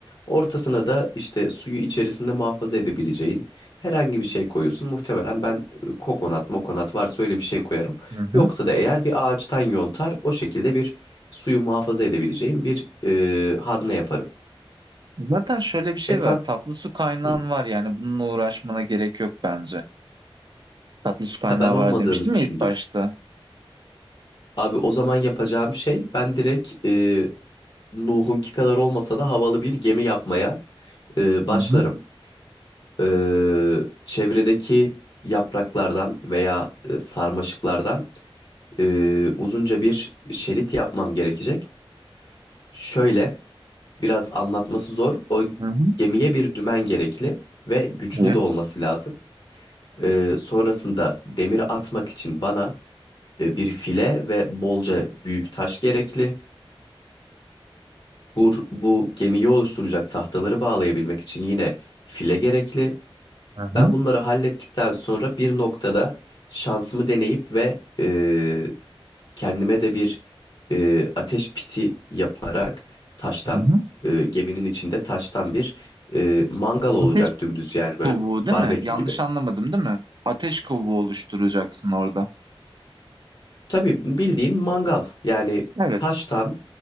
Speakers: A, on the left; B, on the right.
A: Ortasına da işte suyu içerisinde muhafaza edebileceğin herhangi bir şey koyuyorsun. Muhtemelen ben e, kokonat, mokonat varsa öyle bir şey koyarım.
B: hı hı.
A: Yoksa da eğer bir ağaçtan yontar o şekilde bir suyu muhafaza edebileceğim bir e, hazne yaparım.
B: Zaten şöyle bir şey
A: E sen,
B: var. Tatlı su kaynağın
A: hı,
B: var yani bununla uğraşmana gerek yok bence. Tatlı su kaynağı
A: ha ben olmadığını
B: var demiştim
A: düşündüm.
B: ya ilk başta.
A: Abi o zaman yapacağım şey ben direkt e, Nuh'unki kadar olmasa da havalı bir gemi yapmaya e, başlarım.
B: Hı hı,
A: E, çevredeki yapraklardan veya e, sarmaşıklardan e, uzunca bir şerit yapmam gerekecek. Şöyle biraz anlatması zor. O
B: hı hı.
A: gemiye bir dümen gerekli ve güçlü
B: Evet.
A: de olması lazım. E, sonrasında demir atmak için bana e, bir file ve bolca büyük taş gerekli. Bu, bu gemiyi oluşturacak tahtaları bağlayabilmek için yine file gerekli.
B: Hı
A: Ben
B: hı,
A: bunları hallettikten sonra bir noktada şansımı deneyip ve e, kendime de bir e, ateş piti yaparak taştan,
B: hı hı.
A: e, geminin içinde taştan bir e, mangal olacak
B: Ateş
A: dümdüz yani böyle
B: kovuğu değil
A: barbekü
B: mi? Yanlış
A: gibi.
B: anlamadım değil mi? Ateş kovuğu oluşturacaksın orada.
A: Tabii bildiğin mangal yani
B: Evet.
A: taştan